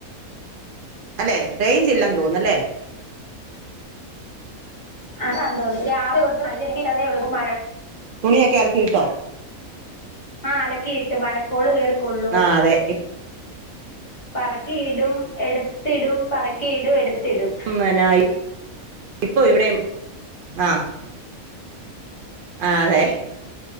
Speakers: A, on the right; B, on the left.
A: അല്ലെ റേഞ്ച് ഇല്ലാന്ന് തോന്നുന്നു അല്ലേ.
B: അതാണ് തോന്നുന്നു രാവിലെ തൊട്ട് മഴങ്ങനെ മഴ
A: തുണിയൊക്കെ അലക്കിയിട്ടോ
B: ആഹ് അലക്കി ഇട്ട് മഴക്കോള് കേറി കൊള്ളുവ
A: ആഹ് അതെ
B: പറക്കിയിടും എടുത്തിടും പറക്കിയിടും എടുത്തിടും
A: ഉം നന്നായി ഇപ്പൊ ഇവിടെയും ആഹ് ആഹ് അതെ